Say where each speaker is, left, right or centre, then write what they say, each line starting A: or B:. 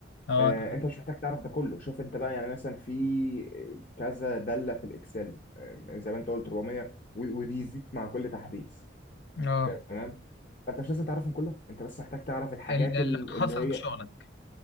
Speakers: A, on the left; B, on the left.
A: اه
B: آه، انت مش محتاج تعرف ده كله شوف انت بقى يعني مثلا في كذا داله في الاكسل آه، زي ما انت قلت 400 و- وبيزيد مع كل تحديث
A: اه
B: تمام فانت مش لازم تعرفهم كلهم انت بس محتاج تعرف الحاجات
A: ال- اللي
B: ال-
A: تخصص
B: اللي هي
A: بشغلك